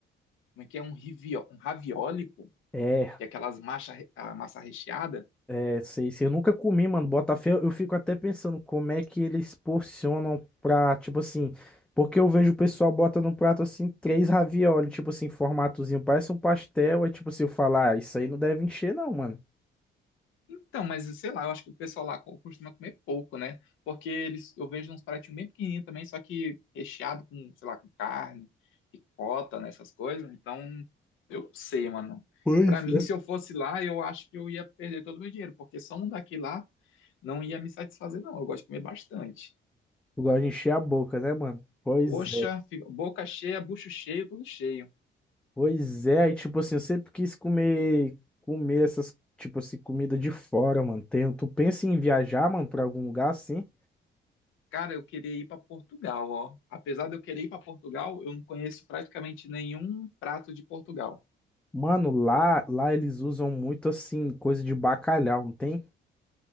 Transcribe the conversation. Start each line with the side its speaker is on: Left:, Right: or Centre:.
Left: Como é que é um, rivio, um ravioli, pô?
Centre: É.
Left: Que é aquelas massa, a massa recheada.
Centre: É, sei, sei. Eu nunca comi, mano. Botafé, eu fico até pensando como é que eles porcionam pra, tipo assim. Porque eu vejo o pessoal bota no prato assim, três ravioli, tipo assim, formatozinho. Parece um pastel. É tipo assim, eu falar, ah, isso aí não deve encher, não, mano.
Left: Então, mas sei lá, eu acho que o pessoal lá co- costuma comer pouco, né? Porque eles, eu vejo uns pratinhos bem pequenininhos também, só que recheado com, sei lá, com carne, ricota, né? Essas coisas. Então, eu não sei, mano.
Centre: Pois
Left: Pra mim,
Centre: é.
Left: se eu fosse lá, eu acho que eu ia perder todo o meu dinheiro, porque só um daqui lá não ia me satisfazer, não. Eu gosto de comer bastante.
Centre: Eu gosto de encher a boca, né, mano? Pois
Left: Poxa,
Centre: é.
Left: fica- boca cheia, bucho cheio, tudo cheio.
Centre: Pois é. E tipo assim, eu sempre quis comer, comer essas, tipo assim, comida de fora, mano. Tem, tu pensa em viajar, mano, pra algum lugar assim?
Left: Cara, eu queria ir para Portugal, ó. Apesar de eu querer ir para Portugal, eu não conheço praticamente nenhum prato de Portugal.
Centre: Mano, lá, lá eles usam muito assim, coisa de bacalhau, não tem?